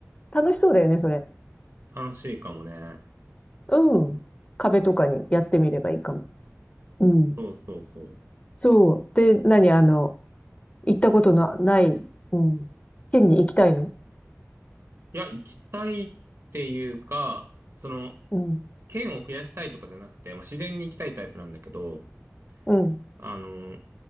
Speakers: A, on the left; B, on the right.
A: 楽しそうだよね、それ。
B: 楽しいかもね。
A: うん。壁とかにやってみればいいかも。うん。
B: そうそうそう。
A: そう。で、何あの、行ったことのない、うん。県に行きたいの
B: いや、行きたいっていうか、その、
A: うん。
B: 県を増やしたいとかじゃなくて、まあ、自然に行きたいタイプなんだけど、
A: うん。
B: あの、